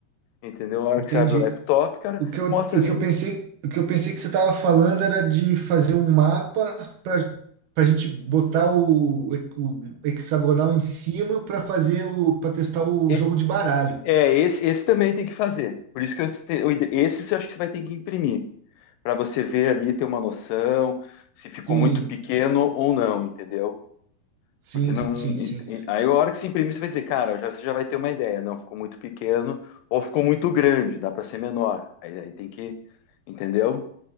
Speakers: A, on the left; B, on the right.
A: entendeu? Na hora
B: entendi.
A: que você abre o laptop, cara,
B: O que eu,
A: mostra
B: o
A: ali.
B: que eu pensei, o que eu pensei que você estava falando era de fazer um mapa para para a gente botar o, o hexagonal em cima para fazer o para testar o
A: E-
B: jogo de baralho.
A: é, esse, esse também tem que fazer. Por isso que eu, te- eu ide- esse você acha que você vai ter que imprimir, para você ver ali, ter uma noção se ficou
B: Sim,
A: muito pequeno ou não, entendeu?
B: sim,
A: Porque não.
B: sim, sim.
A: e- e- Aí a hora que se imprimir, você vai dizer, cara, já, você já vai ter uma ideia. Não, ficou muito pequeno ou ficou muito grande, dá para ser menor. Aí, aí tem que. Entendeu?